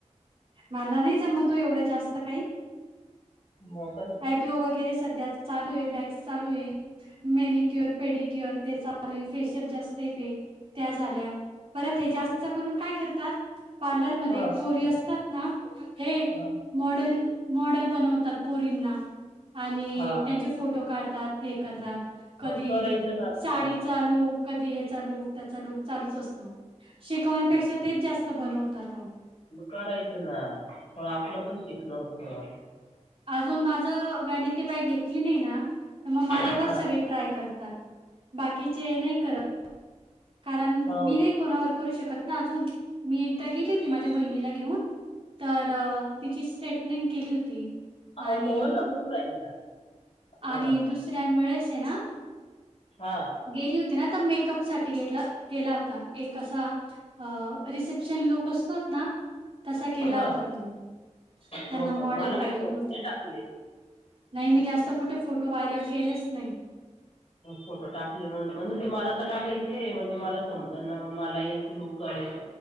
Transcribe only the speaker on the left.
मग काय
हा
हा
हा हा.
मग करायचं ना गं
मग करायचं ना तवा आपलं पण शिकणं होतं
हा
हो
का
हो तू बोल ना बोलू राहेली ना
हा
हा
हा
हो का
मला काही
फोटो
नाही टाकले.
फोटो टाकले म्हणजे ते मला तर टाकायचे आहे म्हणजे मला समजल ना मग मला एक लुक करायच